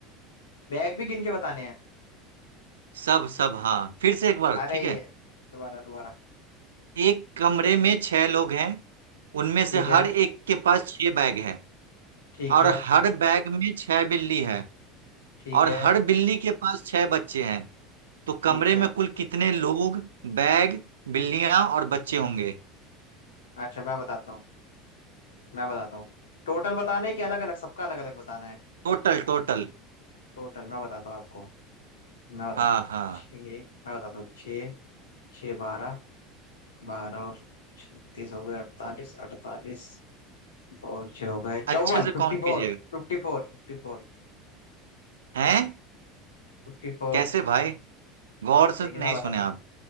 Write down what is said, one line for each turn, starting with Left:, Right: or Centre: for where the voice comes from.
Left: बैग भी गिन के बताने हैं
Right: सब सब हाँ फिर से एक बार
Left: अरे
Right: ठीक है
Left: ये दोबारा दोबारा
Right: एक कमरे में छह लोग हैं उनमें से
Left: ठीक है
Right: हर एक के पास छह बैग है
Left: ठीक
Right: और
Left: है
Right: हर बैग में छह बिल्ली है
Left: ठीक
Right: और
Left: है
Right: हर बिल्ली के पास छह बच्चे हैं तो कमरे
Left: ठीक है
Right: में कुल कितने लोग बैग बिल्लियां और बच्चे होंगे
Left: अच्छा मैं बताता हूँ मैं बताता हूँ टोटल बताने के अलग अलग सबका अलग अलग बताना है
Right: Total total
Left: टोटल मैं बताता हूँ आपको मैं बताता
Right: हाँ
Left: हूँ
Right: हाँ
Left: छः मैं बताता हूँ छः छः बारह बारह और छत्तीस हो गए अड़तालीस अड़तालीस और छः हो गए चौवन
Right: अच्छे से
Left: फिफ्टी
Right: काउंट
Left: फोर
Right: कीजिएगा
Left: फिफ्टी फोर फिफ्टी फोर
Right: हैं
Left: फिफ्टी फोर
Right: कैसे भाई गौर
Left: देखिए
Right: से नहीं
Left: मैं बताता
Right: सुने आप
Left: हूँ